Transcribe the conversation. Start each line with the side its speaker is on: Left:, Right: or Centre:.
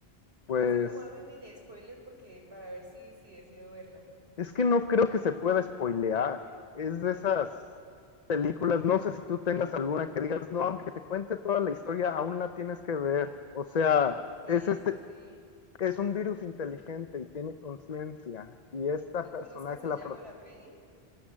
Left: pues
Right: Así como dame un mini spoiler porque para ver si, si decido verla.
Left: es que no creo que se pueda spoilear, es de esas películas, no sé si tú tengas alguna que digas, no, aunque te cuente toda la historia, aún la tienes que ver, o sea,
Right: Sí,
Left: es este,
Right: sí, sí.
Left: es un virus inteligente y tiene conciencia. Y esta
Right: ¿Y
Left: personaje,
Right: cómo es que se
Left: la,
Right: llama
Left: pro-
Right: la peli?